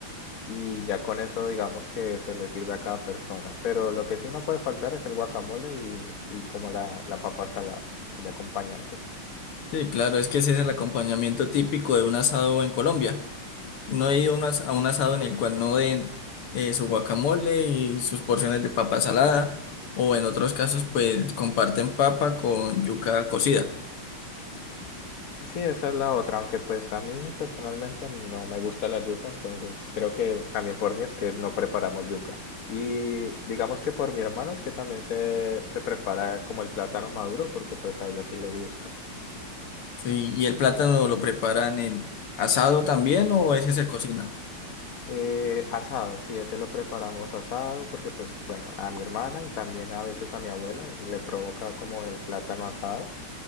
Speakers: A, on the left; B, on the left.
A: y ya con eso digamos que se le sirve a cada persona. Pero lo que sí no puede faltar es el guacamole y, y como la, la papa salada de acompañantes.
B: Sí, claro, es que ese es el acompañamiento típico de un asado en Colombia. No he ido a un, as- a un asado en el cual no den eh, su guacamole y sus porciones de papa salada, o en otros casos, pues comparten papa con yuca cocida.
A: Sí, esa es la otra, aunque pues a mí personalmente no me gusta la yuca, entonces creo que también por mí es que no preparamos yuca. Y digamos que por mi hermana es que también se, se prepara como el plátano maduro, porque pues a ella sí le gusta.
B: Sí, ¿y el plátano lo preparan en asado también o ese se cocina?
A: Eh, asado, sí, ese lo preparamos asado, porque pues bueno, a mi hermana y también a veces a mi abuela le provoca como el plátano asado